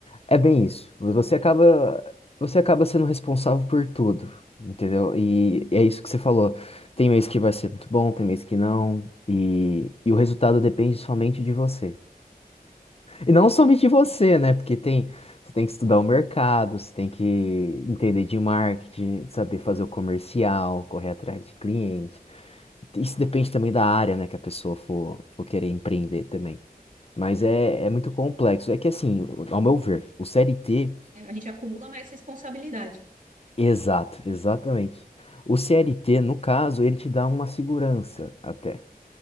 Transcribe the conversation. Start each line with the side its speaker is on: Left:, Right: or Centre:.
Left: é bem isso. Você acaba, você acaba sendo responsável por tudo, entendeu? E é isso que você falou. Tem mês que vai ser muito bom, tem mês que não. E, e o resultado depende somente de você. E não
Right: Exatamente.
Left: somente você, né? Porque tem, você tem que estudar o mercado, você tem que entender de marketing, saber fazer o comercial, correr atrás de cliente. Isso depende também da área, né, que a pessoa for, for querer empreender também. Mas é, é muito complexo. É que assim, ao meu ver, o CLT,
Right: É, A gente acumula mais responsabilidade.
Left: exato, exatamente. O CLT, no caso, ele te dá uma segurança até.